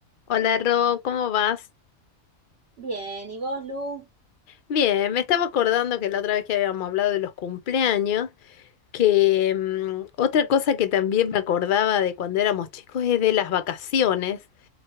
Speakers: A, on the left; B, on the right.
A: Hola Ro, ¿cómo vas?
B: Bien, ¿y vos, Lu?
A: Bien, me estaba acordando que la otra vez que habíamos hablado de los cumpleaños, que mm, otra cosa que también me acordaba de cuando éramos chicos es de las vacaciones,